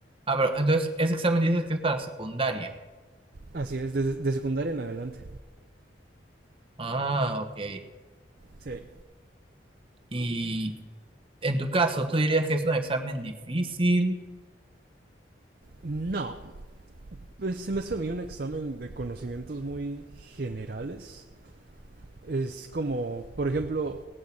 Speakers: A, on the right (about 30°); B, on the right (about 50°).
A: Ah, pero entonces ese examen dices que es para secundaria.
B: Así es, desde de secundaria en adelante.
A: Ah, ok.
B: Sí.
A: Y en tu caso, ¿tú dirías que es un examen difícil?
B: No. Pues se me hace a mí un examen de conocimientos muy generales. Es como, por ejemplo,